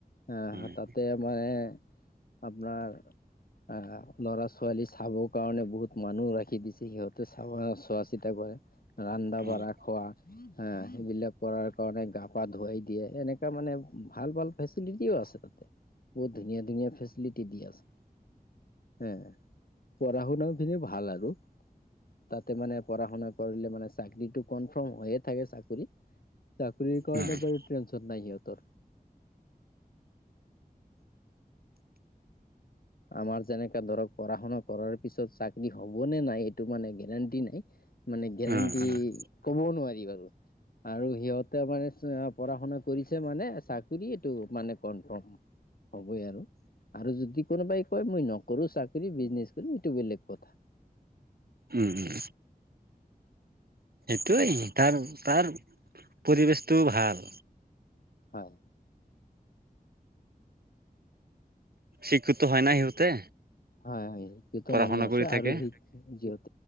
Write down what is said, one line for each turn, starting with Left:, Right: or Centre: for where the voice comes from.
Left: আহ
Right: হয়
Left: তাতে মানে আপোনাৰ আহ ল'ৰা ছোৱালী চাব কাৰণে বহুত মানুহ ৰাখি দিছে সিহঁতে চাব চোৱা চিতা কৰে। ৰান্দ
Right: হয়
Left: বঢ়া খোৱা, হা সেইবিলাক কৰাৰ কাৰণে গা-পা ধুৱাই দিয়ে এনেকুৱা মানে ভাল-ভাল ফেচিলিটি আছে তাতে বহুত ধুনীয়া-ধুনীয়া ফেচিলিটি দি আছে। হ পঢ়া শুনা পনে ভাল আৰু। তাতে মানে পঢ়া শুনা কৰিলে মানে চাকৰিটো কনফাৰ্ম হৈয়ে থাকে চাকৰি। চাকৰিৰ কাৰণে
Right: উম
Left: বাৰু টেনচন নাই সিহঁতৰ। আমাৰ যেনেকাে ধৰক পঢ়া শুনা কৰাৰ পিছত চাকৰি হবনে নাই এইটো মানে গেৰেণ্টি নাই। মানে গেৰাণ্টি
Right: উম
Left: ক'বও নোৱাৰি বাৰু আৰু সিহঁতে মানে পঢ়া শুনা কৰিছে মানে চাকৰিটো মানে কনফৰ্ম। হ'বই আৰু আৰু যদি কোনোবাই কয় মই নকৰো চাকৰি বিজনেছ কৰিম এইটো বেলেগ কথা।
Right: উম উম। সেইটোৱেই তাৰ-তাৰ পৰিৱেশটো ভাল।
Left: হয়।
Right: শিক্ষিত হয় না সিহঁতে
Left: হয়'-হয়', সিহঁতৰ
Right: পঢ়া
Left: মানুহ
Right: শুনা
Left: আছে
Right: কৰি থাকে।
Left: আৰু সিক যিহত